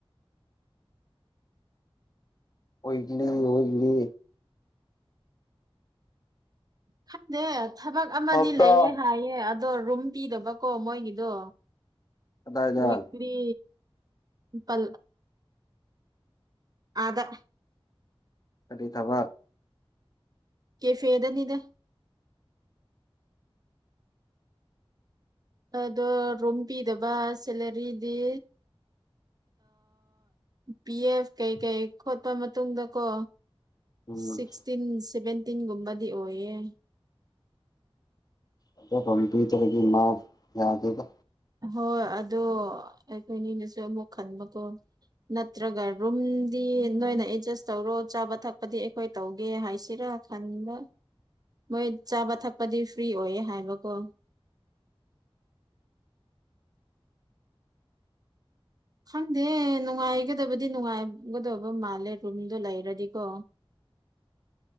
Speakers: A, on the left; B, on the right.
A: ꯑꯣꯏꯕꯅꯤꯡ ꯋꯤꯛꯂꯤ
B: ꯈꯟꯗꯦ ꯊꯕꯛ ꯑꯃꯗꯤ
A: ꯍꯞꯇꯥ
B: ꯂꯩꯌꯦ ꯍꯥꯏꯌꯦ ꯑꯗꯣ ꯔꯨꯝ ꯄꯤꯗꯕꯀꯣ ꯃꯣꯏꯒꯤꯗꯣ
A: ꯀꯗꯥꯏꯗ
B: ꯋꯤꯛ ꯇꯤ ꯄꯜ ꯑꯥꯗ
A: ꯀꯔꯤ ꯊꯕꯛ
B: ꯀꯦ ꯐꯦꯗꯅꯤꯗ ꯑꯗꯣ ꯔꯨꯝ ꯄꯤꯗꯕ ꯁꯦꯂꯔꯤꯗꯤ ꯄꯤ ꯑꯦꯐ ꯀꯩ ꯀꯩ ꯈꯣꯠꯄ ꯃꯇꯨꯡꯗꯀꯣ
A: ꯎꯝ
B: ꯁꯤꯛꯁꯇꯤꯟ ꯁꯦꯚꯦꯟꯇꯤꯟꯒꯨꯝꯕꯗꯤ ꯑꯣꯏꯌꯦ
A: ꯑꯖꯐꯝ <unintelligible> ꯄꯤꯗꯕꯗꯒꯤ ꯃꯥ ꯌꯥꯗꯦꯗ
B: ꯍꯣꯏ ꯑꯗꯣ ꯑꯩꯈꯣꯏꯅꯤꯅꯁꯨ ꯑꯃꯨꯛ ꯈꯟꯕꯀꯣ ꯅꯠꯇ꯭ꯔꯒ ꯔꯨꯝꯗꯤ ꯅꯣꯏꯅ ꯑꯦꯗꯖꯁ ꯇꯧꯔꯣ ꯆꯥꯕ ꯊꯛꯄꯗꯤ ꯑꯩꯈꯣꯏ ꯇꯧꯒꯦ ꯍꯥꯏꯁꯤꯔꯥ ꯈꯟꯕ ꯃꯣꯏ ꯆꯥꯕ ꯊꯛꯄꯗꯤ ꯐ꯭ꯔꯤ ꯑꯣꯏꯌꯦ ꯍꯥꯏꯕꯀꯣ ꯈꯪꯗꯦ ꯅꯨꯡꯉꯥꯏꯒꯗꯕꯗꯤ ꯅꯨꯡꯉꯥꯏꯒꯗꯕ ꯃꯥꯜꯂꯦ ꯔꯨꯝꯗꯣ ꯂꯩꯔꯗꯤꯀꯣ